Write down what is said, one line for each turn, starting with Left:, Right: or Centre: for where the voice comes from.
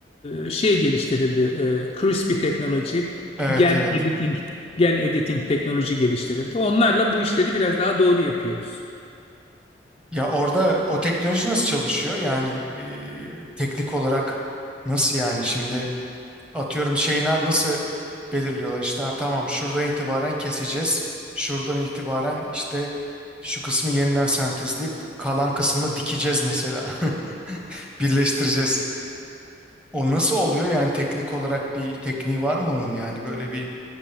Left: e, şey geliştirildi. E, CRISPR teknoloji,
Centre: Evet,
Left: gen
Centre: evet.
Left: editing, gen editing teknoloji geliştirildi. Onlarla bu işleri biraz daha doğru yapıyoruz.
Centre: Ya orada o teknoloji nasıl çalışıyor? Yani e, teknik olarak nasıl yani şimdi? Atıyorum şeyler nasıl belirliyorlar işte ha, tamam şuradan itibaren keseceğiz. Şuradan itibaren işte şu kısmı yeniden sentezleyip kalan kısmını dikeceğiz mesela. <laughs> Birleştireceğiz. O nasıl oluyor yani teknik olarak bir tekniği var mı onun yani böyle bir